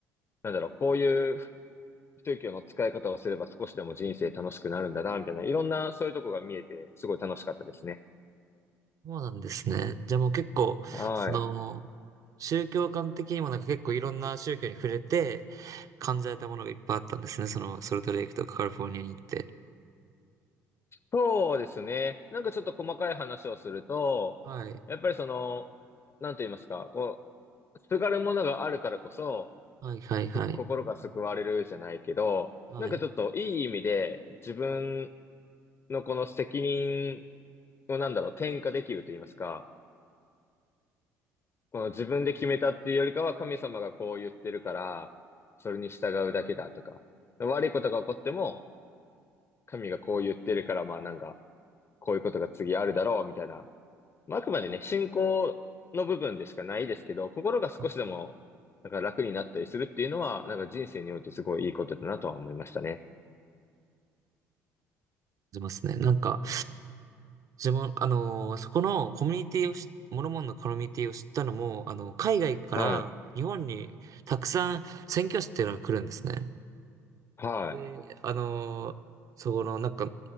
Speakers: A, on the left; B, on the right.
A: なんだろう、こういう宗教の使い方をすれば少しでも人生楽しくなるんだな、みたいな、いろんなそういうとこが見えて、すごい楽しかったですね。
B: そうなんですね。じゃあもう結構、
A: はい。
B: その、宗教観的にもなんか結構いろんな宗教に触れて感じられたものがいっぱいあったんですね。その、ソルトレイクとかカリフォルニアに行って。
A: そうですね。なんかちょっと細かい話をすると、
B: はい。
A: やっぱりその、なんて言いますか、こう、すがるものがあるからこそ、
B: はいはいはい。
A: す心が救われるじゃないけど、
B: はい。
A: なんかちょっといい意味で自分のこの責任をなんだろう、転嫁できると言いますか、この自分で決めたっていうよりかは神様がこう言ってるから、それに従うだけだとか、悪いことが起こっても、神がこう言ってるから、まあなんか、こういうことが次あるだろう、みたいな。まあ、あくまでね、信仰の部分でしかないですけど、心が少しでも、
B: 感
A: なんか楽になったりするっていうのは、なんか人生においてすごいいいことだなとは思いましたね。
B: じますね。なんか、自分、あのーそこのコミュニティをし、モルモンのコミュニティを知ったのも、あの、海外から日本にたくさん宣教師っていうのが来るんですね。
A: はい。はい。
B: で、あの、そこの、なんか、